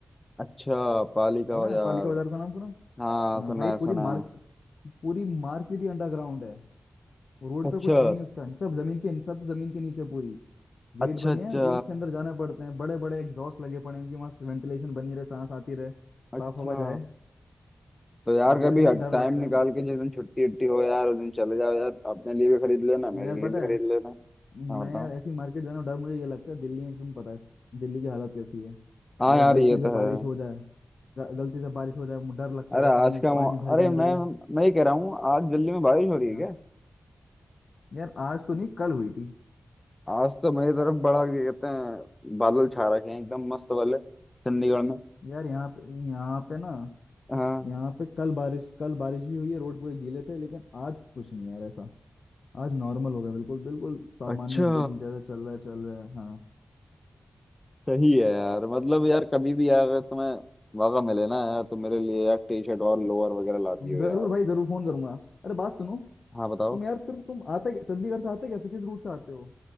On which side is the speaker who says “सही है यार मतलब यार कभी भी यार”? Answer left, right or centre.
Left